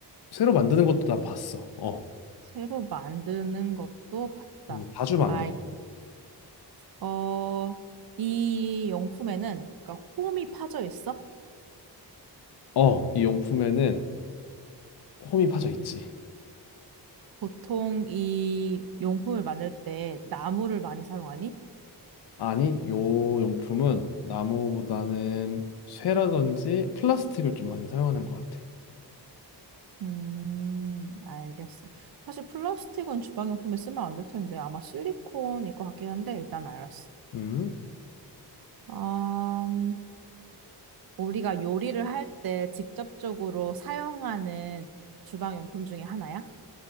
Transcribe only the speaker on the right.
새로 만드는 것도 봤다.
알겠. 어, 이 용품에는 그러니까 홈이 파져 있어?
보통 이 용품을 만들 때 나무를 많이 사용하니?
음, 알겠어. 사실 플라스틱은 주방용품에 쓰면 안 될 텐데 아마 실리콘일 것 같긴 한데 일단 알았어.
음, 우리가 요리를 할 때 직접적으로 사용하는 주방용품 중에 하나야?